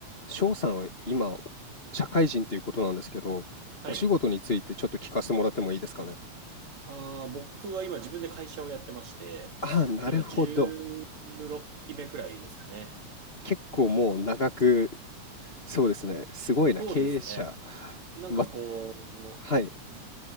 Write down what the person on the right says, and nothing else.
はい。
あー、僕は今自分で会社をやってまして、
今16期目くらいですかね。
そうですね。
なんかこう、
じ